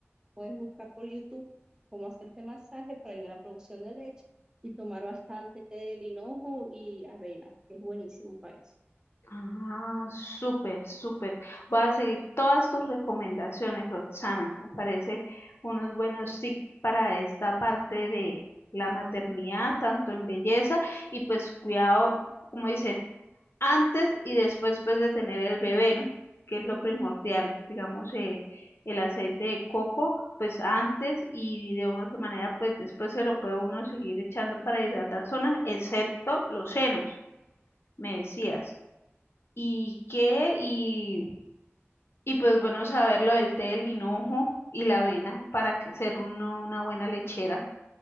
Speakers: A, on the right; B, on the left.
A: puedes buscar por YouTube cómo hacerte masaje para ayudar a la producción de leche y tomar bastante té de linojo y avena, que es buenísimo para eso.
B: Ah, súper, súper. Voy a seguir todas tus recomendaciones, Roxana. Me parece unos buenos tips para esta parte de la maternidad, tanto en belleza y pues cuidado, como dicen, antes y después pues de tener el bebé, ¿no? Que es lo primordial, digamos, eh, el aceite de coco, pues antes y de una u otra manera, pues después se lo puede uno seguir echando para hidratar zonas, excepto los senos, me decías. ¿Y qué? Y, y pues
A: Exacto.
B: bueno, saber lo del té, el hinojo y la avena para que- ser uno una buena lechera.